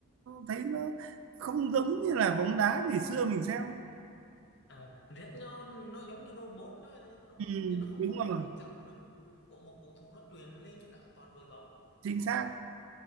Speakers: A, on the right; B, on the left.
A: thấy nó không giống như là bóng đá ngày xưa mình xem
B: à, Red nó nó giống như robot nó đúng
A: Ừ,
B: không chứ nó không
A: đúng
B: có cái
A: rồi,
B: cái cảm hứng của một cầu thủ nó truyền lên cho cả toàn đội bóng
A: chính xác.